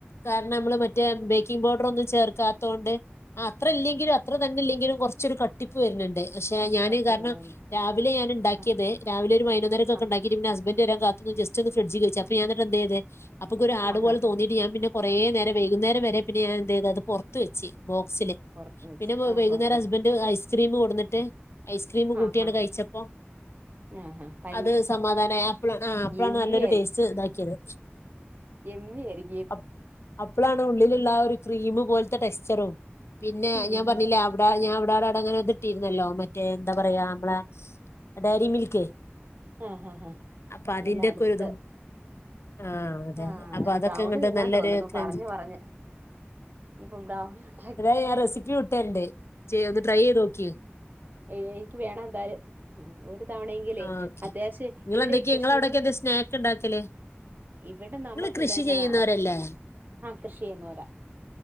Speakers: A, on the left; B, on the right.
A: കാരണം നമ്മള് മറ്റേ ബേക്കിംഗ് പൗഡർ ഒന്നും ചേർക്കാത്തോണ്ട് ആഹ് അത്ര ഇല്ലെങ്കിലും അ ത്ര തന്നെ ഇല്ലെങ്കിലും കൊറച്ചൊരു കട്ടിപ്പ് വര്ന്ണ്ട് പക്ഷെ ഞാന്
B: കട്ടി
A: കാരണം
B: വേണോങ്കി
A: രാവിലെ ഞാന് ഇണ്ടാക്കിയത്,
B: ആഹ്
A: രാവിലെ ഒരു പയിനൊന്നരക്കൊക്കെ
B: ആഹ്
A: ഇണ്ടാക്കീട്ട് പിന്നെ ഹസ്ബന്റ് വരാൻ കാത്തുന്ന് ജസ്റ്റ് ഒന്ന് ഫ്രഡ്ജ്ക്ക് വെച്ച് അ പ്പ ഞാൻ ഇന്നെട്ടെന്തെയ്ത്, അപ്പ ഇൻക്കൊരു ഹാർഡ്
B: ആഹ് ഹാ
A: പോലെ
B: ഹാ
A: തോന്നീട്ട് ഞാൻ പിന്നെ കൊറേ നേരം വൈകുന്നേരം വരെ പിന്നെ ഞാൻ എന്തെയ്ത് അത് പൊറത്തു വെച്ച് ബോക്സില്
B: പുറത്ത് വെച്ച്
A: പിന്നെ വെ
B: ആഹ്
A: വൈകുന്നേരം
B: ഹോ ഹോ
A: ഹസ്ബന്റ് ഐസ്ക്രീം കൊടുന്നിട്ട് ഐസ്ക്രീം കൂട്ടിയാണ്ട്
B: ആഹ് ഹാ
A: കഴിച്ചപ്പം
B: <unintelligible>
A: അത് സമാധാനായി അപ്പളാണ് ആഹ് അപ്പളാണ്
B: യമ്മി
A: നല്ലൊരു ടേസ്റ്റ് ഇതാക്കിയത്.
B: യെമ്മിയാരി
A: അപ് അപ്പളാണ് ഉള്ളിലുള്ള ആ ഒരു ക്രീമ് പോലത്തെ ടെക്സ്ചറും പിന്നെ
B: ഉം
A: ഞാൻ പർഞ്ഞില്ലേ
B: ഉം
A: അവ്ടെ ഞാൻ അവിടാടെ അടെങ്ങനെ ഇത് ഇട്ടീര്ന്നല്ലോ മ റ്റേ എന്താ പറയാ നമ്മളെ
B: ഓഹ്
A: ഡയരി മിൽക്ക്
B: ഏഹ്, ഏഹ്
A: അപ്പൊ അതിന്റെക്കെ
B: നല്ല അലുത്ത്
A: ഒരിതും ആ അതെ
B: ആഹ്
A: അതെ
B: അങ്ങനെ
A: അപ്പൊ അതൊക്കെ
B: ബ്ര ബ്രൗണി
A: ഇങ്ങണ്ട്
B: തിന്നാൻ
A: നല്ലൊരു
B: തോന്നുന്നു
A: ക്രഞ്ചി
B: പറഞ്ഞ് പറഞ്ഞ് ഇഞ്ഞ് ഇപ്പോ ബ്രൗണി വേണം.
A: ഏതായ ഞാൻ റെസിപ്പി വിട്ടര്ണ്ട് ചെയ്യ ഒന്ന് ട്രൈ ചെയ്തോക്കി.
B: ഏഹ് എനിക്ക് വേണം എന്തായാലും ആഹ് ഒരു തവണയെങ്കിലെ
A: ആ ഓക്കെ
B: അത്യാവശെ
A: നിങ്ങള്
B: ഇവിടെ
A: എന്തൊക്കെയ
B: ഈ കൃഷിയുടെ
A: നിങ്ങള അവിടൊക്കെ എന്താ സ്നാക്ക് ഉണ്ടാക്കല്
B: ഇവിടെ നമക്ക്
A: നിങ്ങള് കൃഷി
B: ഇവിടെ എന്നാ
A: ചെയ്യുന്നവരല്ലേ
B: ആഹ്, ആഹ് കൃഷി ചെയ്യുന്നവരാ.